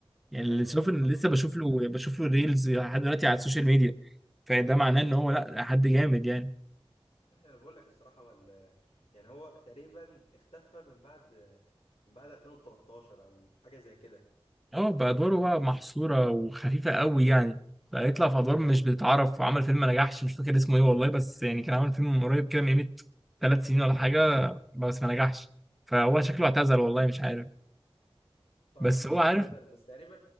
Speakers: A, in the centre; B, on the left.
A: يعني
B: ايوه
A: اللي شوف
B: لا
A: إن
B: حصل
A: لسه بشوف
B: حصل
A: له بشوف له ريلز لحد دلوقتي على السوشيال ميديا فده معناه ان هو لا حد جامد يعني
B: انا بقول لك الصراحه ولا يعني هو تقريبا اختفى من بعد من بعد 2013 او حاجه زي كده
A: اه بأدواره بقى محصورة وخفيفة قوي يعني بقى يطلع في أدوار مش بتتعرف وعمل فيلم ما نجحش مش فاكر اسمه ايه والله بس يعني كان عامل فيلم من قريب كده من قيمة ثلاث سنين ولا حاجة بس ما نجحش فهو شكله اعتزل والله مش عارف
B: هو
A: بس
B: مش
A: هو عارف
B: اعتزل بس تقريبا